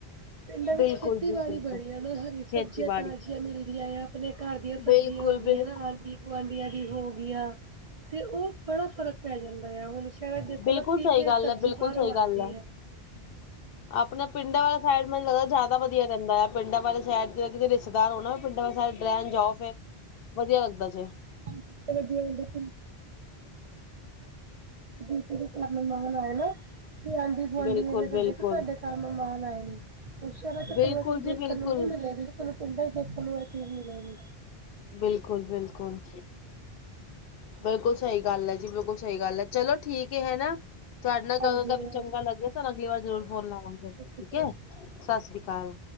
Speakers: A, on the right; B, on the left.
A: ਪਿੰਡਾਂ ਵਿੱਚ
B: ਬਿਲਕੁਲ
A: ਖੇਤੀਬਾੜੀ
B: ਜੀ ਬਿਲਕੁਲ।
A: ਬੜੀ ਆ, ਉਹ ਨੂੰ ਹਰੀ ਸਬਜ਼ੀਆਂ
B: ਖੇਤੀਬਾੜੀ
A: ਤਾਜ਼ੀਆਂ ਮਿਲਦੀਆਂ ਆ। ਆਪਣੇ ਘਰ ਦੀਆਂ
B: ਬਿਲਕੁਲ
A: ਸਬਜ਼ੀਆਂ ਹੋ
B: ਬਿਲਕੁਲ
A: ਗਈਆਂ ਨਾ ਹਲਦੀ ਗੁਆਂਢੀਆਂ ਦੀ ਹੋ ਗਿਆਂ। ਤੇ ਉਹ ਬੜਾ ਫ਼ਰਕ ਪੈ ਜਾਂਦਾ ਆ ਹੁਣ ਸ਼ਹਿਰਾਂ ਦੇਖੋ
B: ਬਿਲਕੁਲ
A: ਨਾ ਟੀਕੇ
B: ਸਹੀ ਗੱਲ
A: ਵਾਲੀ ਸਬਜੀ
B: ਹੈ ਬਿਲਕੁਲ
A: ਬਾਹਰੋਂ
B: ਸਹੀ
A: ਆਉਂਦੀ
B: ਗੱਲ ਹੈ।
A: ਆ।
B: ਆਪਣੇ ਪਿੰਡਾਂ ਵਾਲਾ ਸਾਈਡ ਮੈਨੂੰ ਲੱਗਦਾ ਜ਼ਿਆਦਾ ਵਧੀਆ ਰਹਿੰਦਾ ਏ। ਪਿੰਡਾਂ ਵਾਲੇ ਸਾਈਡ ਜੇ ਕਿਤੇ ਰਿਸ਼ਤੇਦਾਰ ਹੋਣਾ ਪਿੰਡਾਂ ਵਾਲੇ ਸਡ ਰਹਿਣ ਜਾਓ, ਫਿਰ ਵਧੀਆ ਲੱਗਦਾ ਜੇ।
A: <unintelligible> ਅੱਛੇ ਕੋਈ ਦ ਚ ਖ ਆਪਣਾ ਮੰਗਣਾ ਹੈ ਨਾ <unintelligible> ਤੇ ਆਂਢੀ ਗੁਆਂਢੀ
B: ਬਿਲਕੁਲ
A: ਇਵੇਂ
B: ਬਿਲਕੁਲ
A: ਕਦੇ ਕਿ ਤੁਹਾਡੇ ਘਰ ਮਹਿਮਾਨ ਆਏ ਨੇ। ਸਹਿਰਾ 'ਚ
B: ਬਿਲਕੁਲ
A: ਤੁਹਾਨੂੰ ਇਹ ਚੀਜ਼
B: ਜੀ
A: ਦੇਖਣ
B: ਬਿਲਕੁਲ
A: ਨੂੰ ਨੀ ਮਿਲੇਗੀ ਤੇ ਤੁਹਾਨੂੰ ਪਿੰਡਾਂ ਚ ਦੇਖਣ ਨੂੰ ਇਹ ਚੀਜ਼ ਮਿਲੇਗੀ।
B: ਬਿਲਕੁਲ ਬਿਲਕੁਲ ਬਿਲਕੁਲ, ਸਹੀ ਗੱਲ ਏ ਜੀ। ਬਿਲਕੁਲ, ਸਹੀ ਗੱਲ ਹੈ। ਚਲੋ, ਠੀਕ ਏ ਹੈਨਾ। ਤੁਹਾਡੇ ਨਾਲ ਗੱਲ
A: ਹਾਂਜੀ ਹਾਂਜੀ
B: ਚ ਚੰਗਾ
A: ਹਾਂਜੀ
B: ਲੱਗਿਆ। ਤਾਨੂੰ ਅਗਲੀ ਵਾਰ ਜ਼ਰੂਰ ਫੋਨ ਲਾਵਾਂਗੇ। ਠੀਕ
A: ਸਤਿ ਸ਼੍ਰੀ
B: ਹੈ,
A: ਅਕਾਲ
B: ਸਾਸਰੀ ਕਾਲ।